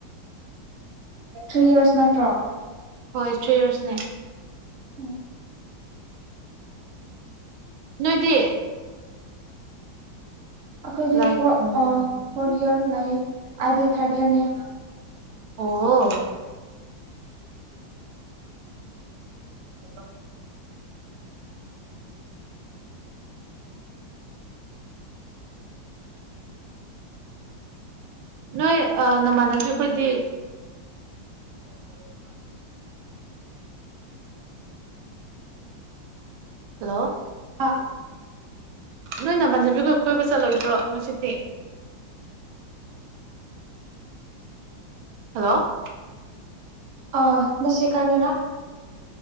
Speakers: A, on the right; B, on the right.
A: ꯊ꯭ꯔꯤ ꯌꯔꯁ ꯅꯠꯇ꯭ꯔꯣ
B: ꯍꯣꯏ ꯊ꯭ꯔꯤ ꯏꯔꯁꯅꯦ
A: ꯎꯝ
B: ꯅꯣꯏꯗꯤ
A: ꯑꯩꯈꯣꯏꯗꯤ
B: ꯂꯥꯏꯛ
A: ꯐꯣꯔꯠ
B: ꯎꯝ
A: ꯏꯌꯥꯔ ꯂꯥꯛꯑꯦ ꯑꯩꯗꯤ ꯊꯥꯔꯠ ꯏꯌꯥꯔꯅꯦ
B: ꯑꯣ
A: <inaudible>
B: ꯅꯣꯏ ꯅꯃꯥꯟꯅꯕꯗꯤ ꯈꯣꯏꯗꯤ
A: <inaudible>
B: ꯍꯜꯂꯣ
A: ꯑ
B: ꯅꯣꯏ ꯅꯃꯥꯟꯅꯕꯤꯈꯣꯏ ꯀꯣꯏꯕ ꯆꯠꯂꯣꯏꯗ꯭ꯔꯣ ꯉꯁꯤꯗꯤ ꯍꯜꯂꯣ
A: ꯑ ꯅꯁꯤ ꯀꯥꯔꯤꯔꯥ